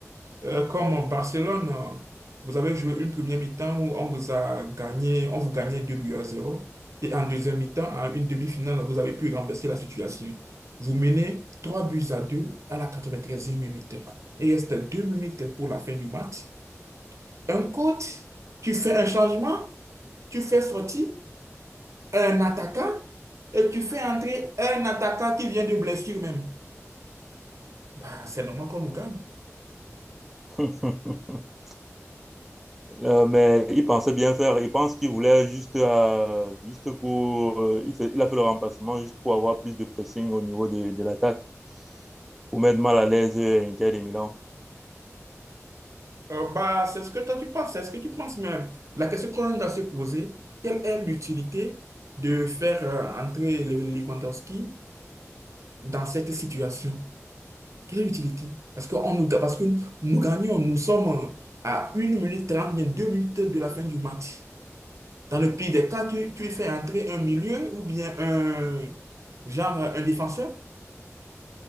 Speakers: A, on the right; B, in the centre.
A: Euh, comme en Barcelone, euh, vous avez joué une première mi-temps où on vous a gagné, on vous gagnait 2 buts à zéro, Et en deuxième mi-temps, à une demi-finale, vous avez pu renverser la situation. Vous menez 3 buts à 2 à la quatre-vingt-treizième minute. Il reste 2 minutes pour la fin du match. Un coach, tu fais un changement, tu fais sortir un attaquant et tu fais entrer un attaquant qui vient de blessure même. Bah, c'est normal qu'on nous gagne.
B: <laughs> Euh, mais il pensait bien faire. Il pense qu'il voulait juste, euh, juste pour. euh, il fait- il a fait le remplacement juste pour avoir plus de pressing au niveau de, de l'attaque, pour mettre mal à l'aise euh, Inter de Milan.
A: Euh, bah, c'est ce que toi tu penses, c'est ce que tu penses même. La question qu'on doit se poser, quelle est l'utilité de faire euh, entrer le Lewandowski dans cette situation? Quelle est l'utilité? Parce que, on nous, ga- parce que nous, nous gagnons, nous sommes euh, à une minute 30 bien 2 minutes de la fin du match. Dans le pire des cas, tu, tu fais entrer un milieu ou bien un genre un défenseur.